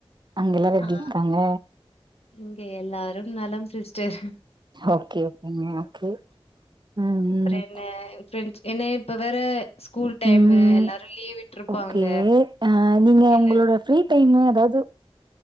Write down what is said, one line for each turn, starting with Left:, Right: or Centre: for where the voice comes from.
Right: அங்க எல்லாரு எப்டி
Left: ஆ
Right: இருக்காங்க
Left: இங்க எல்லாரும் நலம் சிஸ்டர்
Right: ஓகே ஓகேங்க ஓகே ம்
Left: அப்றொ
Right: ம்
Left: என்ன ஏ ஃப்ரெண்ட்ஸ் என்ன இப்ப வேற ஸ்கூல் டைமு
Right: ம்
Left: எல்லாரு லீவ் விட்ருப்பாங்க
Right: ஓகே ஆ நீங்க
Left: இல்ல
Right: உங்களோட ஃப்ரீ டைமு அஎதாது